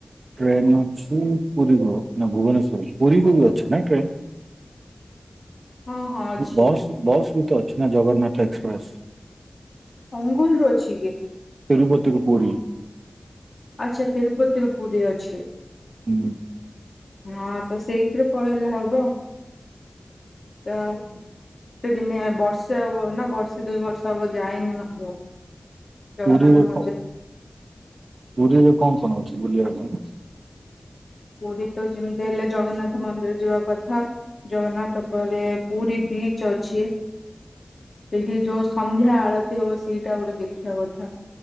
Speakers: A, on the right; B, on the left.
A: ଟ୍ରେନ୍ ଅଛି ପୁରୀଯିବ ନା ଭୁବନେଶ୍ଵର ପୁରୀକୁ ବି ଅଛି ନା ଟ୍ରେନ୍?
B: ହଁ ହଁ ଅଛି
A: ବସ୍ ବସ୍ ବି ତ ଅଛି ନା ଜଗନ୍ନାଥ ଏକ୍ସପ୍ରେସ୍।
B: ଅଙ୍ଗୁଲରୁ ଅଛି କି?
A: ତିରୁପତିକୁ ପୁରୀ।
B: ଆଚ୍ଛା ତିରୁପତିରୁ ପୁରୀ ଅଛି।
A: ହୁଁ।
B: ହଁ ତ ସେଇଥିରୁ ପଳେଇଲେ ହବ ତ ତି ଦିନେ ବର୍ଷେ ହବ ନା ବର୍ଷେ ଦୁଇ ବର୍ଷ ହବ ଯାଇନି ମନ୍ଦିର। ଜଗନ୍ନାଥ
A: ପୁରୀରେ କ ପୁରୀରେ କଁ କଣ ଅଛି ବୁଲିବା ପାଇଁ?
B: ପୁରୀ ତ ଯେମିତି ହେଲେ ଜଗନ୍ନାଥ ମନ୍ଦିର ଯିବା କଥା। ଜଗନ୍ନାଥ ପରେ ପୁରୀ ବିଚ୍ ଅଛି। ସେଇଠି ଯୋଉ ସନ୍ଧ୍ୟା ଆଳତି ହବ ସେଇଟା ଗୋଟେ ଦେଖିବା କଥା